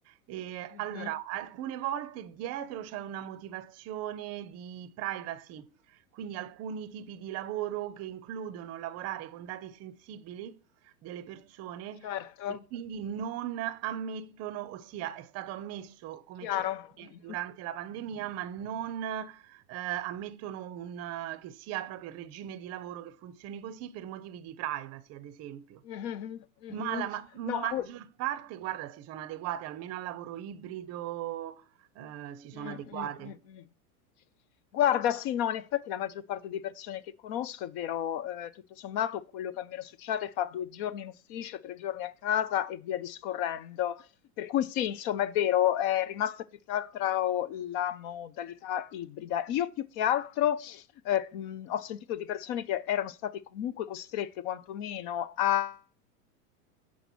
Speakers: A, on the right; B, on the left.
A: Ehm,
B: mhm,
A: allora, alcune volte dietro c'è una motivazione di privacy, quindi alcuni tipi di lavoro che includono lavorare con dati sensibili delle persone
B: certo,
A: e quindi non ammettono ossia è stato ammesso come
B: chiaro.
A: eccezione
B: Mhm.
A: durante la pandemia, ma non, ehm, ammettono un eh, che sia proprio il regime di lavoro che funzioni così per motivi di privacy, ad esempio.
B: Mhm, mhm,
A: Ma
B: mhm.
A: la ma maggior
B: No, poi
A: parte, guarda, si sono adeguate, almeno al lavoro ibrido, ehm, si sono
B: Mm,
A: adeguate.
B: mm, mm, mm. Guarda, sì, no, in effetti la maggior parte di persone che conosco, è vero, eh, tutto sommato quello che a me non succede fa due giorni in ufficio, tre giorni a casa e via discorrendo. Per cui sì, insomma, è vero, è rimasta più che altro la modalità ibrida. Io più che altro eh, mh, ho sentito di persone che erano state comunque costrette quantomeno a